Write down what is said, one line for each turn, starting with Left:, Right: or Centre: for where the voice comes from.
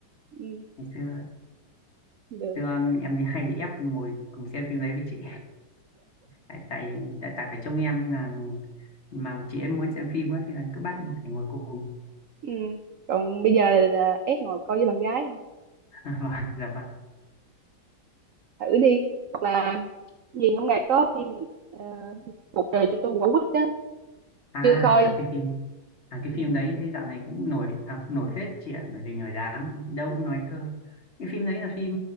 Right: ừ,
Left: ngày xưa
Right: được
Left: xưa em thì hay bị ép ngồi cùng xem phim đấy với chị tại tại tại, tại phải trông em nên là mà chị em muốn xem phim quá thì là cứ bắt phải ngồi cùng
Right: ừ. còn bây giờ là ép ngồi coi với bạn gái
Left: <laughs> và dạ vâng
Right: thử đi hoặc là gì hôm nay có phim gì ờ, cuộc đời cho tôi quả quýt đó
Left: à
Right: chưa coi
Left: à cái phim à cái
Right: ừ,
Left: phim đấy thấy dạo này cũng nổi à, cũng nổi phết chị ạ nổi đình nổi đám đâu cũng nói cơ cái phim đấy là phim